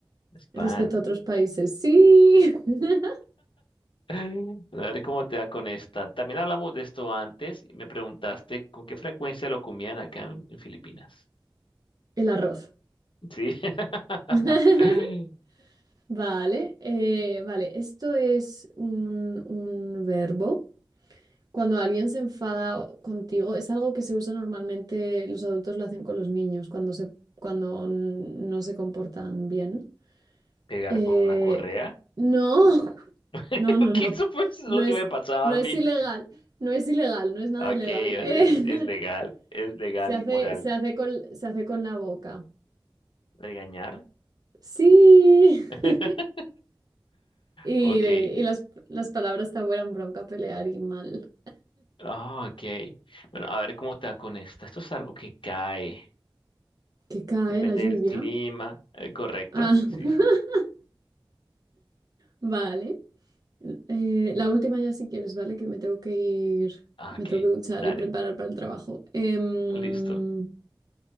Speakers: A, on the left; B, on the right.
A: Spam.
B: respecto a otros países. Sí, <laughs>
A: <laughs> A ver cómo te da con esta. También hablamos de esto antes y me preguntaste con qué frecuencia lo comían acá en, en Filipinas.
B: el arroz.
A: Sí.
B: <laughs>
A: <laughs>
B: Vale, eh, vale, esto es un, un verbo. Cuando alguien se enfada contigo, es algo que se usa normalmente, los adultos lo hacen con los niños cuando se, cuando n- no se comportan bien.
A: Pegar
B: Eh,
A: con una correa.
B: no, <laughs>
A: <laughs>
B: no, no, no.
A: Que eso pues es
B: No
A: lo
B: es,
A: que me pasaba
B: no
A: a
B: es
A: mí.
B: ilegal, no es ilegal, no es nada
A: Ok,
B: ilegal.
A: es,
B: Eh,
A: es legal,
B: <laughs>
A: es legal
B: se hace,
A: y moral.
B: se hace con, se hace con la boca.
A: Regañar.
B: Sí.
A: <laughs>
B: <laughs> Y,
A: Ok,
B: de- y las, las palabras te vuelan bronca, pelear y mal.
A: Ah, ok. Bueno, a ver cómo te va con esta. Esto es algo que cae.
B: que cae
A: Depende
B: la lluvia.
A: del clima. Eh, ¿correcto?
B: Ah, <laughs>
A: Sí.
B: vale. Eh, la última ya si quieres, ¿vale? Que me tengo que ir,
A: Ah,
B: me
A: ok.
B: tengo que duchar
A: Dale.
B: y preparar para el trabajo. Em,
A: Listo.